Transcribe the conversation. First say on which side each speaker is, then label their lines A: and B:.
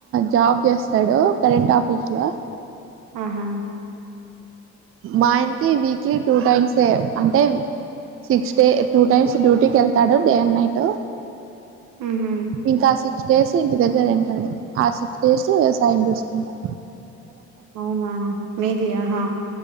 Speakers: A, on the right; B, on the right.
A: జాబ్ చేస్తాడు కరెంట్ ఆఫీస్ లో
B: ఆహా
A: మా ఆయనకి వీక్లీ టూ టైమ్సే అంటే సిక్స్ డే టూ టైమ్స్ డ్యూటీకి వెళ్తాడు డే అండ్ నైట్
B: హుహు.
A: ఇంకా సిక్ క్స్ డేస్ ఇంటి దగ్గరే ఉంటాడు ఆ సిక్స్ డేస్ వ్యవసాయం చూసుకుంటాం
B: అవునా మీది ఆహా